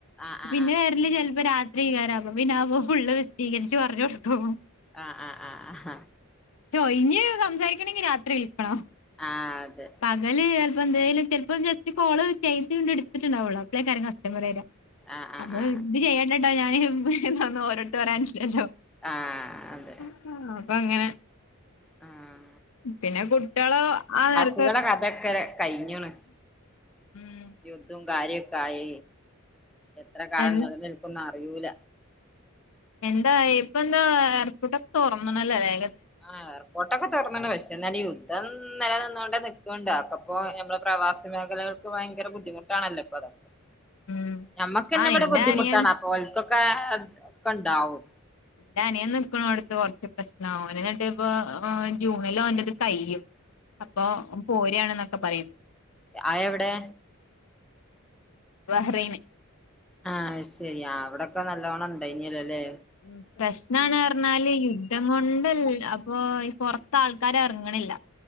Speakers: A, in the centre; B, on the left.
A: അഹ് ആഹ്
B: പിന്നെ വെര്ല് ചെല് പ്പോ രാത്രി എയ്കരം പ്പ പിന്നെ അ പോ ഫുള്ള് വിശ്ദീകരിച്ച് പറഞ്ഞൊട്ക്കും
A: ആഹ് ആഹ് ആഹ് ആഹ് അഹാ
B: റ്റൊയിഞ്ഞ് സംസാരിക്കണങ്കി രാത്രി വിൽക്കണം
A: ആഹ് അതെ
B: പകല് ചെല് പ്പോ എന്തേലും ചെല് പ്പോ ജസ്റ്റ് കോള് ചെയ്ത്ണ്ട് ഇട്ത്ത്ട്ട്ണ്ടാവൊള്ളു അപ്പളേക്കാരം കസ്റ്റമറ് വെരാ
A: ആഹ് ആഹ്
B: അപ്പൊ
A: ആഹ്
B: ഇത് ചെയ്യണ്ടട്ടോ ഞാന് ഇതൊന്നും ഓരെട്ത്ത് പറയാൻറ്റ്ല്ലല്ലോ
A: ആഹ് അതെ
B: ആഹ് അപ്പഅങ്ങനെ
A: ആഹ്
B: പിന്നെ കുട്ട്യാളോ ആ നേര
A: റ്റ്ങ്ങളെ കഥെ ക്കെ കഴ് ഞ്ഞ്ണ്
B: ഉം
A: യുദ്ധം കാര്യൊക്കെ ആയി എത്ര കാലം
B: എൻ
A: നിലനിൽക്കുന്ന് അറിയൂല
B: എന്തായി ഇപ്പൊ എന്താ എയർപോർട്ടൊക്കെ തൊറന്ന്ണല്ലോ ല്ലെ
A: ആഹ് എയർപോർട്ടൊക്കെ തൊർന്ന്ണ് പക്ഷേ ന്നാലും യുദ്ധം നില നിന്നോണ്ടെ നി ക്ക്ണ്ടാക്കും അപ്പോ നമ്മളെ പ്രവാസി മേഖലകൾക്ക് ഭയങ്കര ബുദ്ധിമുട്ടാണല്ലോ ഇപ്പാവ്ടെക്കെ
B: ഉം
A: ഞമ്മക്കെന്നെ
B: ആഹ്
A: ഇവടെ
B: എന്റെ
A: ബുദ്ധിമുട്ടാണ്
B: അനിയൻ
A: അപ്പൊ ഓൽക്കൊക്കെ ഒക്കെണ്ടാവും
B: ഇന്റെ അനിയൻ നിക്കണോട്ത്ത് കൊർച്ച് പ്രശ്ണാ ഓന് ഇന്നട്ട് ഇപ്പോ ജൂണില് ഓന്റേത് കയ്യും അപ്പൊ ഓം പോരാണ്ന്നൊക്കെ പറീണ്ട്
A: ആ എവിടെ
B: ബഹ്റൈന്
A: ആ ശരിയാ അവിടൊക്കെ നല്ലോണം ഉണ്ടായിനെല്ലോ ല്ലേ
B: ഉം പ്രശ്നാണ് പറഞ്ഞാല് യുദ്ധം കൊണ്ടല്ല അപ്പൊ ഈ പൊറത്ത് ആൾക്കാര് ഇറങ്ങണില്ല